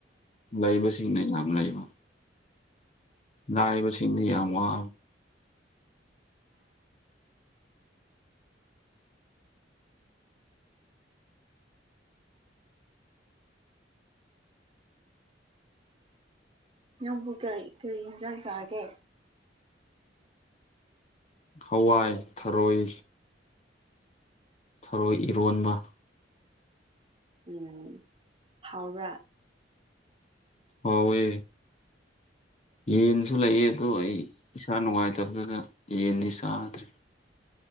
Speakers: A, on the left; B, on the right.
A: ꯂꯩꯕꯁꯤꯡꯅ ꯌꯥꯝ ꯂꯩꯕ ꯂꯥꯛꯏꯕꯁꯤꯡꯗꯤ ꯌꯥꯝ ꯋꯥ
B: ꯅꯪꯕꯨ ꯀꯔꯤ ꯀꯔꯤ ꯌꯦꯟꯖꯥꯡ ꯆꯥꯒꯦ
A: ꯍꯋꯥꯏ ꯊꯔꯣꯏ ꯊꯔꯣꯏ ꯏꯔꯣꯟꯕ
B: ꯎꯝ ꯍꯥꯎꯔ
A: ꯍꯋꯦ ꯌꯦꯟꯁꯨ ꯂꯩꯌꯦ ꯑꯗꯨꯗ ꯑꯩ ꯏꯁꯥ ꯅꯨꯡꯉꯥꯏꯇꯕꯗꯨꯗ ꯌꯦꯟꯗꯤ ꯆꯥꯗ꯭ꯔꯦ